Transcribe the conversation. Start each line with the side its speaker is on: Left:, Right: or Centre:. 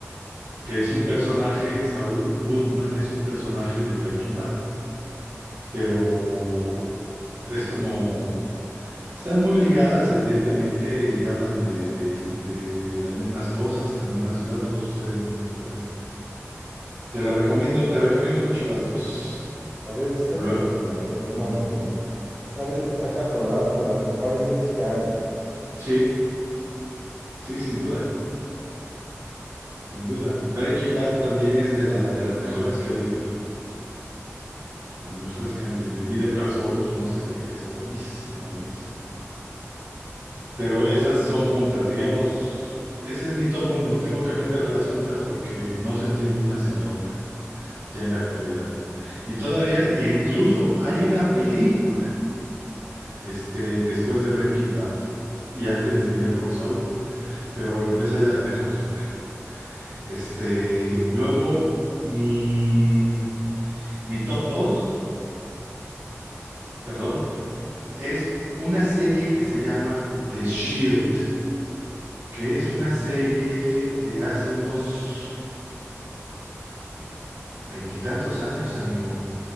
Right: que es un personaje, Saul Goodman es un personaje de Breaking Bad, pero es como, están muy ligadas evidentemente y hablan de, de- de las mismas cosas en la misma ciudad, todo sucede en el mismo lugar. Te la recomiendo, te recomiendo mucho las dos.
Centre: Había visto
Right: Lo,
Centre: que la de Better
Right: Ujú.
Centre: Call Saul está viendo que está catalogada como las mejores series que hay.
Right: Sí, sí, sin duda. Sin duda. Breaking Bad también es de, las de las mejores que ha habido, de las mejores que han habido. Y Better Call Saul, pues no se diga, es buenísima, buenísima. Pero esas son juntas, digamos, ese es mi top uno. Tengo que meterlas juntas porque no se entiende una sin la otra, ya en la actualidad. Y todavía, e incluso hay una película, este, después de Breaking Bad y antes de Better Call Saul. Pero bueno, esa ya la dejamos fuera. Este, luego, mi, mi top dos. perdón, es una serie que se llama The Shield, que es una serie de hace unos veintitantos años, amigo.